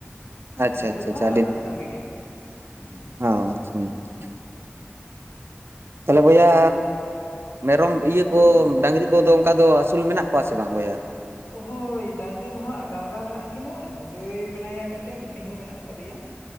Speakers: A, on the right (about 60°); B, on the left (about 60°).
A: ᱟᱪᱪᱷᱟ
B: ᱱᱤᱛᱚᱜ
A: ᱟᱪᱪᱷᱟ
B: ᱫᱚᱦᱟᱜ
A: ᱟᱪᱪᱷᱟ
B: ᱚᱲᱟᱜ ᱨᱮᱱᱟᱜ ᱠᱟᱹᱢᱤ ᱜᱮ ᱦᱮᱸ
A: ᱷᱟ <unintelligible> ᱛᱟᱦᱚᱞᱮ ᱵᱚᱭᱦᱟ ᱢᱮᱨᱚᱢ ᱤᱭᱟᱹ
B: ᱦᱳᱭ
A: ᱠᱚ ᱰᱟᱝᱨᱤ ᱠᱚᱫᱚ ᱚᱱᱠᱟ ᱫᱚ ᱟᱹᱥᱩᱞ ᱢᱮᱱᱟᱜ ᱠᱚᱣᱟ ᱥᱮ ᱵᱟᱝ ᱵᱚᱭᱦᱟ᱾
B: ᱦᱳᱭ ᱰᱟᱝᱨᱤ ᱫᱚ ᱦᱟᱸᱜ ᱰᱟᱝᱨᱟ ᱢᱮᱱᱟᱜ ᱠᱤᱱᱟᱹ ᱜᱟᱹᱭ ᱢᱮᱱᱟᱭᱟ ᱢᱤᱫᱴᱮᱱ ᱢᱤᱦᱩ ᱢᱮᱱᱟᱜ ᱟᱠᱟᱫᱮᱭᱟ᱾